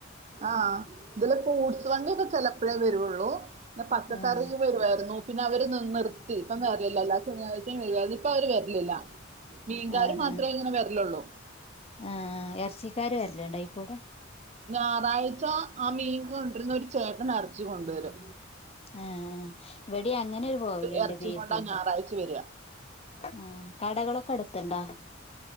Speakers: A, on the right; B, on the left.
A: ആ ഇതിലൊ ഫൂട്സ് വണ്ടിക്കെ ചെലപ്പോഴേ വരോള്ളൂ പച്ചക്കറി
B: ആഹ്
A: വരുവായിരുന്നു പിന്നെ അവര് നിർത്തി <unintelligible> ശനിയാഴ്ച വരുയിരുന്നു ഇപ്പൊ അവര് വരലില്ല മീൻകാര്
B: ആ
A: മാത്രേ
B: ആ
A: ഇങ്ങനെ വരലുള്ളൂ
B: ആ എറച്ചിക്കാര് <unintelligible> അയ്ക്കൂടെ
A: ഞാറാഴ്ച്ച ആ മീൻ കൊണ്ട് രുന്ന ഒരു ചേട്ടനാ എറച്ചി കൊണ്ട് വരും
B: ആ ആ വെടി അങ്ങനെ ഒരു പോവല്ണ്ട്
A: എറച്ചിയും
B: ബിഫിന്റെ
A: കൊണ്ടാ ഞായറാഴ്ച വരിക
B: ആ കടകളൊക്കെ അ ത്ണ്ടാ